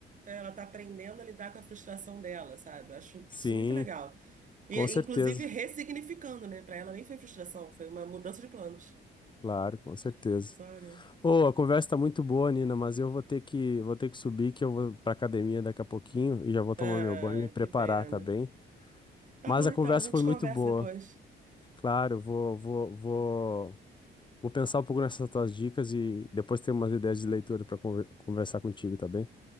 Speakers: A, on the right; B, on the left.
A: ela tá aprendendo a lidar com a frustração dela, sabe? Eu acho
B: Sim,
A: isso muito legal. E,
B: com certeza.
A: inclusive, ressignificando, né? Pra ela nem foi frustração, foi uma mudança de planos.
B: Claro, com certeza.
A: Sabe?
B: Ô, a conversa tá muito boa, Nina, mas eu vou ter que, vou ter que subir, que eu vou pra academia daqui a pouquinho e já vou tomar
A: Ah,
B: meu banho e me preparar,
A: que pena.
B: tá bem?
A: Tá
B: Mas
A: bom,
B: a conversa
A: então, a gente
B: foi muito
A: conversa
B: boa.
A: depois.
B: Claro, vou, vou, vou, vou pensar um pouco nessas tuas dicas e depois ter umas ideias de leitura para conversar contigo, tá bem?